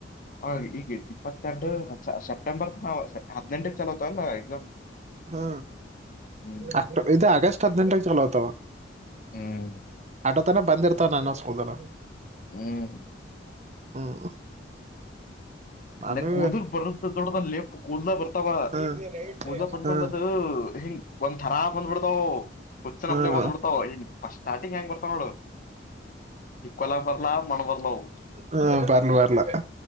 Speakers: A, on the left; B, on the right.
A: ಹಾಗ ಈಗ ಇಪ್ಪತ್ತೆಂಟು ಸೆಪ್ಟೆಂಬರ್ ನ ಹದ್ನೆಂಟಕ್ ಚಲೋತ ಅಲ್ಲಾ ಎಕ್ಸಾಮ್
B: ಹಾ
A: ಹ್ಮ್
B: ಅಕ್ಟ ಇದು ಆಗಸ್ಟ್ ಹದಿನಂಟಕ್ಕೆ ಚಲ ಆತಾವ
A: ಹ್ಮ್
B: ಅಟ ತಾನೆ ಬಂದಿರ್ತಾರ ನನ್ನಸ್ಕೋದ
A: ಹ್ಮ್
B: ಹ್ಮ್ ಅದು
A: ನ ಕೂುದ ಬರುತ್ತ ದೊಡ ನ ಲೇಪ್ ಕೂುದಲ ಬರ್ತ ಾವ
B: ಹ್ಮ್
A: ಕೂಲ್ ಬಂದ
B: ಹ್ಮ್
A: ಮೇಲದ ಹಿಂಗ ಒಂದ್ ಥರಾ ಬಂದ್ಬಿಡ್ತಾವ ಹುಚ್ಚಿನಪ್ಲಲೆ
B: ಹ್ಮ್
A: ಬಂದಬ ಬಿಡ್ತಾವನ್ ಸ್ಟಾರ್ಟಿಂಗ್ ಹೆಂಗ್ ಬರ್ತಾವ ನೋಡು ಇಕ್ಲ ಬರ್ಲಾ ಮಣ ಬರ್ಲವು
B: ಹ್ಮ ಬರ್ಣ ಬರ್ಲ